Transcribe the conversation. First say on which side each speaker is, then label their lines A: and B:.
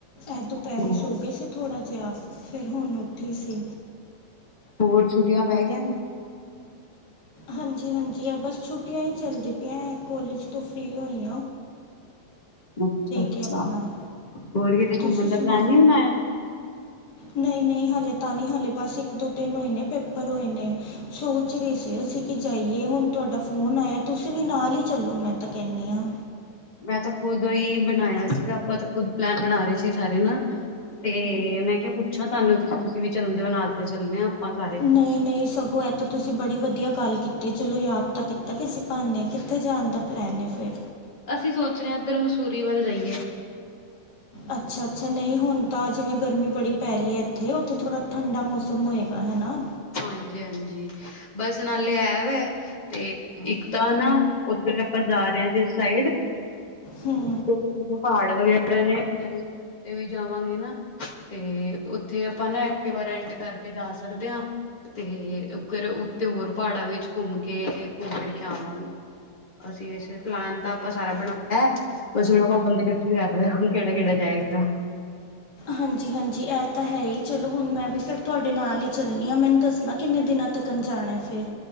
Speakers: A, on the left; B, on the left.
A: ਇਹ ਦੁਪੈਹਰੇ
B: ਹੋ
A: ਸੌ ਗਈ ਸੀ ਥੋੜ੍ਹਾ ਜਿਹਾ, ਫਿਰ ਹੁਣ ਉੱਠੇ ਸੀ!
B: ਹੋਰ ਛੁੱਟੀਆਂ ਪੈ ਗਈਆ ਨੇ?
A: ਹਾਂਜੀ ਹਾਂਜੀ ਐ ਬਸ ਛੁੱਟੀਆਂ ਹੀ ਚੱਲਦੀ ਪਈਆਂ ਕੋਲੇਜ ਤੋਂ ਫ੍ਰੀ ਹੋਈ ਆਂ!
B: ਅੱਛਾ ਅੱਛਾ
A: ਕੇ ਆਪਣਾ
B: ਹੋਰ ਕਿਤੇ
A: ਤੁਸੀਂ
B: ਘੁੰਮਣ ਦਾ
A: ਸੁਣਾਓ
B: ਪਲੈਨ ਨੀ ਬਣਾਇਆ
A: ਨਹੀਂ ਨਹੀਂ ਹਾਲੇ ਤਾਂ ਨਹੀਂ ਹੱਲੇ ਬਸ ਇੱਕ ਦੋ ਦਿਨ ਹੋਏ ਨੇਂ ਪ! ਰ ਹੋਏ ਨੇ ਸੋਚ ਰਹੇ ਸੀ ਅਸੀਂ ਕੀ ਜਾਈਏ? ਹੁਣ ਤੁਹਾਡਾ ਫੋਨ ਆਇਆ, ਤੁਸੀਂ ਵੀ ਨਾਲ ਹੀ ਚੱਲੋ ਮੈਂ ਤਾਂ ਕਹਿੰਦੀ ਹਾਂ!
B: ਮੈਂ ਤਾਂ ਖੁਦ ਹੀ ਬਣਾਇਆ ਸੀਗਾ, ਆਪਾਂ ਤਾਂ ਖੁਦ ਪਲੈਨ ਬਣਾ ਰਹੇ ਸੀ ਸਾਰੇ ਨਾ, ਤੇ ਮੈਂ ਕਿਹਾ ਪੁੱਛਾਂ ਤੁਹਾਨੂੰ ਤੁਸੀਂ ਵੀ ਚੱਲਦੇ ਹੋ ਨਾਲ ਤੇ ਚੱਲਣੇ ਆ! ਸਾਰੇ
A: ਨਹੀਂ ਨਹੀਂ ਸਗੋਂ ਇਹ ਤਾਂ ਤੁਸੀਂ ਬੜੀ ਵਧੀਆ ਗੱਲ ਕੀਤੀ! ਚਲੋ ਯਾਦ ਤਾਂ ਕੀਤਾ ਕਿਸੇ ਬਾਨੇ, ਕਿੱਥੇ ਜਾਣ ਦਾ ਪਲੈਨ ਹੈ ਫਿਰ?
B: ਅਸੀਂ ਸੋਚ ਰਹੇ ਹਾਂ, ਇੱਧਰ ਮਸੂਰੀ ਵੱਲ ਜਾਈਏ!
A: ਅੱਛਾ ਅੱਛਾ, ਨਹੀਂ ਹੁਣ ਤਾਂ ਜਿਵੇਂ ਗਰਮੀ ਬੜੀ ਪੈ ਰਹੀ ਹੈ ਇੱਥੇ, ਉੱਥੇ ਥੋੜ੍ਹਾ ਠੰਢਾ ਮੌਸਮ ਹੋਏਗਾ ਹਨਾ?
B: ਹਾਂਜੀ ਹਾਂਜੀ ਬੱਸ ਨਾਲੇ ਐਵ ਹੈ, ਤੇ ਇੱਕ ਤਾਂ ਨਾ ਓਧਰ ਆਪਾਂ ਜਾ ਰਹੇ ਹਾਂ ਜਿਸ ਸਾਈਡ
A: ਹੂੰ
B: ਪਹਾੜ ਵਗੈਰਾ! ਉੱਤੇ ਵੀ ਜਾਵਾਂਗੇ ਨਾ, ਤੇ ਉੱਥੇ ਆਪਾਂ ਨਾ ਐਕਟਿਵਾ ਰੇਂਟ ਕਰਕੇ ਜਾ ਸਕਦੇ ਹਾਂ! ਤੇ ਓਧਰ ਉੱਤੇ ਹੋਰ ਪਹਾੜਾਂ ਵਿੱਚ ਘੁੰਮ ਕੇ ਘੁੰਮ ਫਿਰ ਕੇ ਆਵਾਂਗੇ! ਅਸੀਂ ਇਸੇ ਪਲਾਨ ਤਾਂ ਆਪਾਂ ਸਾਰਾ ਬਣਾਇਆ, ਅਸੀਂ ਹੁਣ ਆਪਾਂ ਬੰਦੇ ਇਕੱਠੇ ਕਰ ਰਹੇ ਹਾਂ ਕਿਹੜਾ ਕਿਹੜਾ ਜਾਏਗਾ?
A: ਹਾਂਜੀ ਹਾਂਜੀ ਇਹ ਤਾਂ ਹੈ ਹੀ, ਚਲੋ ਹੁਣ ਮੈਂ ਵੀ ਫਿਰ ਤੁਹਾਡੇ ਨਾਲ ਹੀ ਚੱਲਣੀ ਹਾਂ! ਮੈਨੂੰ ਦੱਸਣਾ ਕਿੰਨੇ ਦਿਨਾਂ ਤੱਕ ਜਾਣਾ ਫਿਰ?